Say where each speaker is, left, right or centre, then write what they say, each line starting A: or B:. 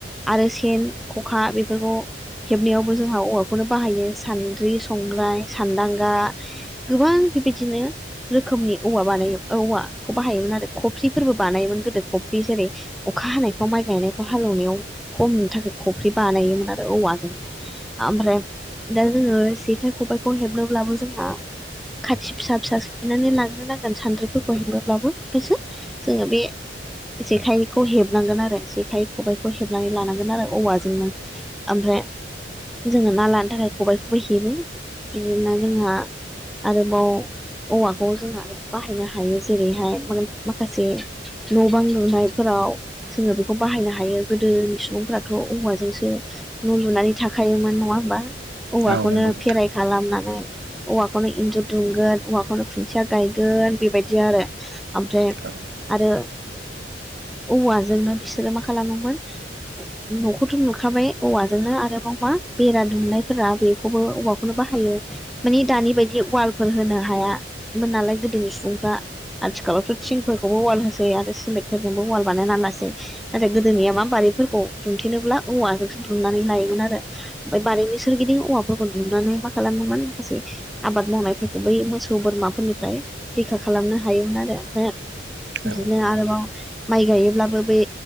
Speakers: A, in the centre; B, on the right.
A: आरो सेन खखा बेफोरखौ हेबनायावबो जोंहा औवाखौनो बाहायो सान्द्रि संग्राय सान्दांगा गोबां बिबादिनो रोखोमनि औवा बानायो औवाखौ बाहायोमोन आरो खफ्रिफोरबो बानायोमोन गोदो खफ्रि जेरै अखा हानायफ्राव माइ गायनायफ्राव हालेवनायाव हमनो थाखाय खफ्रि बानायोमोन आरो औवाजोंनो ओमफ्राय दा जोङो जेखाइ खबाइखौ हेबनोब्लाबो जोंना खाथि फिसा फिसा सैनानै लाग्रोनांगोन सानद्रिफोरखौ हेंग्रोब्लाबो बेसो जोङो बे जेखाइखौ हेबनांगोन आरो जेखाय खबबायखौ हेबनानै लानांगोन आरो औवाजोंनो ओमफ्राय जोङो ना लानो थाखाय खबाइखौबो हेबो बिदिनो जोंहा आरोबाव औवाखौ जों आरो बाहायनो हायो जेरैहाय माने माखासे न' बां लुनायफोराव जोङो बेखौ बाहायनो हा हायो गोदोनि सुबुंफ्राथ' औवाजोंसो न' लुनानै थाखायोमोन नङा होमबा औवाखौनो
B: औ नंगौ नोंथां
A: फेराय खालामनानै औवाखौनो इन्जुर दुंगोन औवाखौनो खुन्थिया गायगोन बेबायदि आरो ओमफ्राय
B: औ
A: आरो औवाजोंनो बिसोरो मा खालामोमोन न'खौथ' लुखाबाय औवाजोंनो आरोबाव मा बेरा दुमनायफोरा बेखौबो औवाखौ खौनो बाहायो मानि दानि बायदि ववालफोर होनो हायामोन नालाय गोदोनि सुबुंफ्रा आथिखालावथ' थिंफोरखौबो ववाल होसै आरो सिमेन्टफोरजोंबो ववाल बानायना लासै नाथाय गोदोनिया मा बारिफोरखौ दुमथेनोब्ला औवाखौसो दुमनानै लायोमोन आरो ओमफ्राय बारिनि सोरगिदिं औवाफोरखौ दुमनानै मा खालामोमोन माखासे आबाद मावनायफोरखौ बै मोसौ बोरमाफोरनिफ्राय रैखा खालामनो हायोमोन आरो ओमफ्राय बिदिनो
B: औ
A: आरोबाव माइ गायोब्लाबो बे